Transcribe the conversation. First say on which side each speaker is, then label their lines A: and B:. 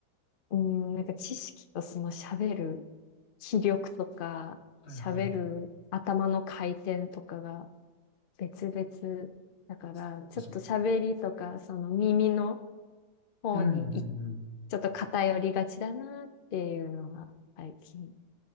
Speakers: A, on the left (about 80°); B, on the left (about 40°).
A: うーん、なんか知識とその喋る気力とか、
B: うん。
A: 喋る頭の回転とかが
B: はいはい。
A: 別々だから、
B: そっかそっか。
A: ちょっと喋りとか、その耳の方にいち
B: うんうんうん。
A: ょっと偏りがちだなっていうのが最近